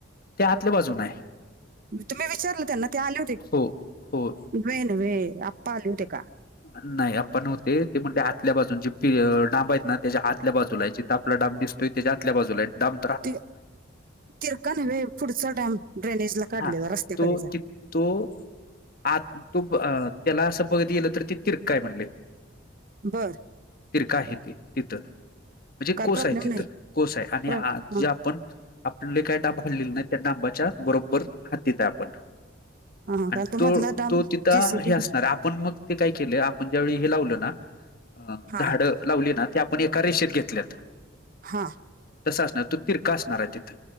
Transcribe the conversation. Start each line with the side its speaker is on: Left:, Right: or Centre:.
Left: ते आतल्या बाजून हाय.
Right: म तुम्ही विचारलं त्यांना ते आले होते,
Left: हो हो
Right: वे न व आप्पा आले होते का?
Left: नाय आप्पा नव्हते ते म्हटले आतल्या बाजूनचे फि डांब हाईत ना त्याच्या आतल्या बाजूला आहे, जिथं आपला डाम दिसतोय त्याच्या आतल्या बाजूला हाईत डाम.
Right: ते तिरका नव्हे पुढचा डॅम ड्रेनीजला काढलय
Left: हा
Right: रस्त्याकडेचा.
Left: तो ति तो आत तो ब अ त्याला असं बघत गेल- तर ते तिरका हाय म्हणले.
Right: बरं.
Left: तिरका आहे ते तिथं म्हणजे
Right: काय
Left: कोस
Right: प्रॉब्लेम
Left: आहे, तिथं
Right: नाही
Left: कोस आहे आणि
Right: प्र- हा,
Left: जे
Right: हा,
Left: आप पण आपले काही डाब हालेले नाही, त्या डांबाच्या बरोबर हाद्दीत आहे आपण.
Right: हा.
Left: आणि
Right: काय
Left: तो
Right: मधला डॅम
Left: तो तिथं
Right: जेसीबी
Left: हे असणार आप पण मग ते काय केलं, आपण ज्यावेळी हे लावलं ना
Right: हा
Left: झाड लावली ना ते आपण एका रेषेत घेतल्यात.
Right: हा.
Left: तस असणार तो तिरका असणार आहे, तिथ